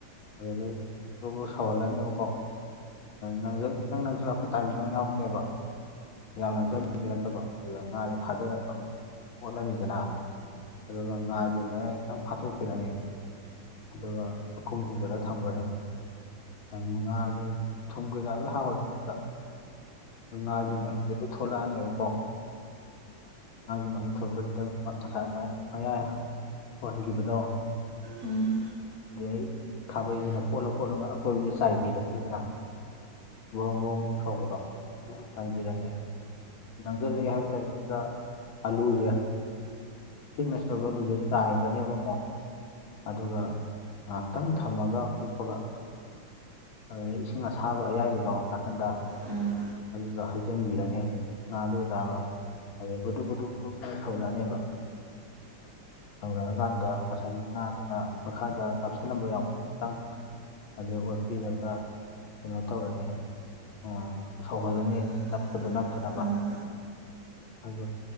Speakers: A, on the left (about 75°); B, on the right (about 45°).
A: ꯑꯗꯨꯗꯩ ꯕꯨꯔꯨ ꯕꯨꯔꯨ ꯁꯥꯎꯍꯜꯂꯅꯦꯕꯀꯣ ꯅꯪꯖꯜ ꯈꯤꯇꯪ ꯅꯪꯖꯜꯂꯥꯛꯄ ꯇꯥꯏꯃꯤꯡ ꯑꯃ ꯌꯥꯎꯔꯀꯅꯦꯕ ꯌꯥꯝ ꯅꯪꯖꯜ ꯐꯠꯇꯕ ꯑꯗꯨꯗ ꯉꯥꯗꯤ ꯊꯥꯗꯔꯒ ꯑꯣꯠꯂꯅꯤꯗꯅ ꯑꯗꯨꯒ ꯉꯥꯖꯦ ꯃꯌꯥꯏ ꯈꯤꯇꯪ ꯐꯥꯠꯇꯣꯛꯄꯤꯔꯅꯤ ꯑꯗꯨꯒ ꯄꯈꯨꯝ ꯈꯨꯝꯖꯤꯜꯂ ꯊꯝꯈ꯭ꯔꯅꯦꯕ ꯀꯉꯥꯔ <unintelligible> ꯊꯨꯝ ꯀꯩꯀꯥ ꯂꯣꯏ ꯍꯥꯞꯔꯅꯤꯗ ꯉꯥꯒꯤ ꯃꯍꯤꯗ ꯂꯣꯏ ꯊꯣꯛꯂꯛꯑꯅꯦꯕꯀꯣ ꯃꯥꯒꯤ ꯃꯍꯤ ꯊꯣꯄꯗꯨꯗ ꯑꯃꯨ ꯉꯁꯥꯏ ꯑꯗꯨꯃꯥꯏ ꯃꯌꯥꯏ ꯍꯍꯟꯈꯤꯕꯗꯣ
B: ꯎꯝ
A: ꯑꯗꯨꯗꯩ ꯈꯥꯕꯩꯁꯤꯅ ꯀꫭꯠꯂ ꯀꯣꯠꯂꯒ ꯑꯀꯣꯏꯕꯁ ꯆꯥꯏꯕꯤ ꯔꯅꯤ ꯗꯅ ꯕꫭꯔꫭꯡ ꯕꫭꯔꫭꯡ ꯃꯔꫭꯡ ꯁꯧꯕꯗꯣ ꯆꯥꯏꯕꯤꯔꯅꯤ ꯖꯜꯂꯤ ꯍꯥꯏꯕ ꯇꯥꯏꯃꯤꯡꯗꯨꯗ ꯑꯂꯨꯖꯦ ꯄꯤꯛꯅ ꯁꫭꯏꯕ ꯑꯂꯨꯁꯦ ꯆꯥꯏꯒ꯭ꯔꯅꯦꯕ ꯑꯃꯣ ꯑꯗꯨꯒ ꯉꯥꯏꯍꯥꯛꯇꯪ ꯊꯝꯃꯒ ꯎꯞꯄꯒ ꯑꯗꯨꯗ ꯏꯁꯤꯡ ꯑꯁꯥꯕ ꯑꯌꯥꯏꯕꯗꯣ ꯅꯥꯀꯟꯗ
B: ꯎꯝ
A: ꯑꯗꯨꯗ ꯍꯩꯖꯟꯕꯤꯔꯅꯤ ꯉꯥ ꯑꯗꯨꯗꯒ ꯑꯗꯩ ꯕꯨꯗꯨꯛ ꯕꯨꯗꯨꯛ ꯕꯨꯗꯨꯛ ꯁꯧꯔꯛꯑꯅꯦꯕ ꯁꯧꯔꯛꯑꯀꯥꯟꯗ ꯉꯁꯥꯏꯒꯤ ꯉꯥꯗꯨꯅ ꯃꯈꯥꯗ ꯅꯞꯁꯜꯂꯝꯕ ꯌꯥꯎꯕꯗꯣ ꯈꯤꯇꯪ ꯑꯗꯨ ꯑꯣꯠ ꯄꯤꯔꯒ ꯀꯩꯅꯣ ꯇꯧꯔꯅꯤ ꯑꯥ ꯁꯧꯍꯜꯂꯅꯤ
B: ꯑꯗꯒꯤ
A: ꯅꯞꯄꯗꯨ ꯅꯞ
B: ꯉꯥ
A: ꯇꯅꯕ
B: ꯆꯥꯛꯍꯥꯎꯕ ꯑꯗꯨꯒꯤꯗꯣ
A: ꯑꯗꯨ